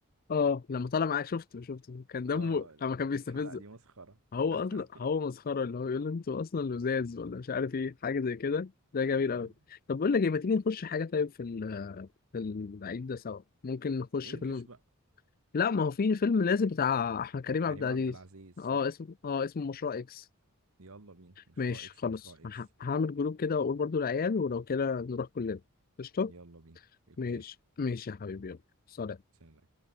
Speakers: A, on the left; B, on the right.
A: اه لما طلع معايا شفته شفته كان دمه
B: اه
A: لما كان بيستفزه
B: الحلقه دي مسخره
A: هو
B: <laughs>
A: اصلا هو مسخرة اللي هو يقول له انتوا اصلا لزاز ولا مش عارف ايه حاجة زي كده ده جميل قوي
B: امم
A: طب بقول لك ايه ما تيجي نخش حاجة طيب في ال- في العيد ده سوا ممكن نخش
B: انجلش
A: فيلم
B: بقى
A: لا ما هو في فيلم نازل بتاع احمد كريم عبد
B: كريم
A: العزيز
B: عبد العزيز
A: اه
B: صح
A: اسمه اه اسمه مشروع اكس
B: يلا بينا مشروع
A: ماشي
B: اكس
A: خلاص
B: مشروع اكس
A: ه- هعمل جروب كده واقول برضو العيال ولو كده نروح كلنا قشطة
B: يلا بينا اوكي
A: ماشي ماشي يا حبيبي يلا سلام
B: سلام